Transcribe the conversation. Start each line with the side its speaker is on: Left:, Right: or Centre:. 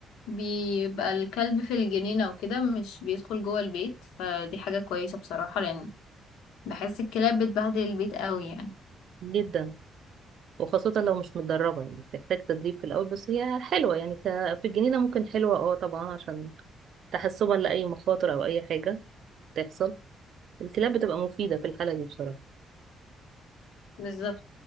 Left: بيبقى الكلب في الجنينة وكده مش بيدخل جوه البيت فدي حاجة كويسة بصراحة لأن بحس الكلاب بتبهدل البيت قوي يعني
Right: جدا وخاصة لو مش متدربة يعني بتحتاج تدريب في الأول بس هي حلوة يعني ك... في الجنينة ممكن حلوة اه طبعا عشان تحسبا لأي مخاطر أو أي حاجة تحصل الكلاب بتبقى مفيدة في الحالة دي بصراحة
Left: بالظبط